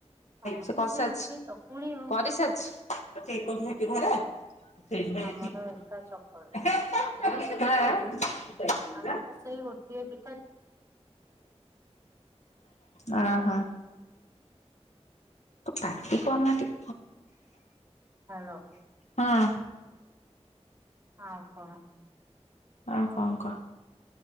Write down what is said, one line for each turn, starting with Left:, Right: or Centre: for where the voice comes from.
Right: ଆମର
Left: ସେ
Right: ତ
Left: କରସାରଛି
Right: ସେଇ ଗୋଟିଏ ଚକୁଳି ଆଉ
Left: କରିସାରଛି କରିସାରିଛି।
Right: ଆମର ଏକା ଚକୁଳି।
Left: <unintelligible>
Right: ଆମର
Left: <unintelligible>
Right: ସେଇ ଗୋଟିଏ ପି
Left: ଆ ହଁ। ପାଟି କରନା ଟି
Right: ହ୍ୟାଲୋ।
Left: ହଁ।
Right: ଆଉ କଣ?
Left: ଆଉ କଣ କହ?